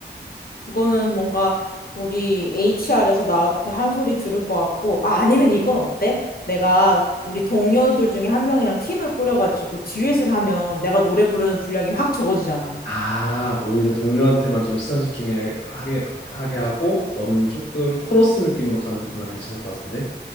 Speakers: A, on the left; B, on the left.
A: 이거는 뭔가 우리 HR에서 나한테 한 소리 들을 것 같고 아, 아니면 이건 어때? 내가 우리 동료들 중에 한 명이랑 팀을 꾸려가지고 듀엣을 하면 내가 노래 부르는 분량이 확 적어지잖아.
B: 아, 오히려 동료한테만 좀 시선 집중하게 하게, 하게 하고 너는 조금 코러스 느낌으로 가는 것도 난 괜찮을 것 같은데.